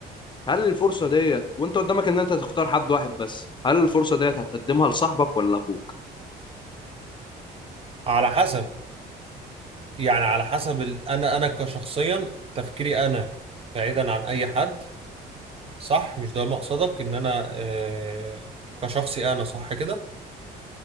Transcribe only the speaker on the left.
هل الفرصة ديت وانت قدامك ان انت تختار حد واحد بس هل الفرصة ديت هتقدمها لصاحبك ولا اخوك